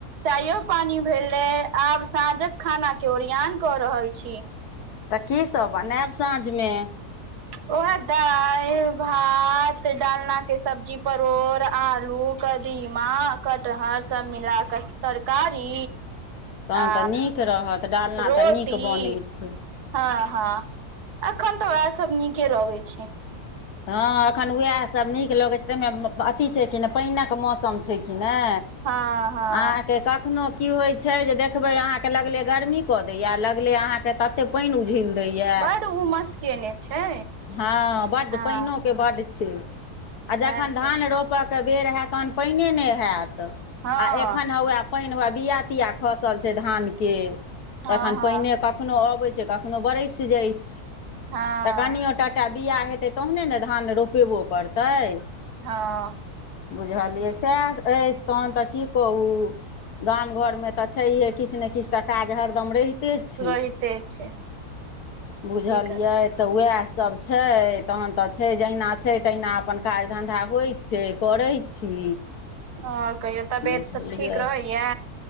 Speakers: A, on the right; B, on the left.
A: चाययो पानी भेलै आब साँझक खाना के ओरियान कऽ रहल छी
B: तऽ कीसभ बनायब साँझमे
A: वहे दालि भात डालना के सब्जी परोड़ आलू कदीमा कटहर सब मिला कऽ तरकारी
B: तखन
A: आ
B: तऽ नीक रहत डालना
A: रोटी
B: तऽ नीक बनैत छै
A: हँ हँ एखन तऽ वएह सब नीके लगे छै
B: हँ एखन वएह सब नीक लगै छै ताहिमे अथी छै कि नहि पानिक मौसम छै कि नहि
A: हँ हँ
B: अहाँ के कखनो की होय छै जे देखबे अहाँ के लगले गर्मी क दे या लगले अहाँ के तते पानि उझल दए
A: बड उमस केने छै
B: हँ बड
A: हँ
B: बड्ड छै आ
A: सएह
B: जखन धान
A: सब
B: रोपयके बेर होयत तहन पानिए नहि होयत आ
A: हँ
B: एखन उएह पानि उएह बआ तिया खसल छै धानके
A: हँ
B: तखन
A: हँ
B: पानिए कखनोहु अबैत छै कखनोहु बरसि जाइत छै
A: हँ
B: तऽ कनिियओ टा बआ हेतै तहने ने धान रोपेबो करतै
A: हँ
B: बुझलियै सएह अछि तहन तऽ की कहू गाम घरमे तऽ छैहे किछु ने किछु तऽ काज हरदम रहि रहै त छै
A: रहिते छै
B: बुझलिय
A: की करबै
B: तऽ वह सब छै तहन तऽ छै जहिना छै तहिना अपन काज धन्धा होइ छै करै छी
A: आओर कहियो तबियत
B: बुझलियै
A: सब ठीक रहैया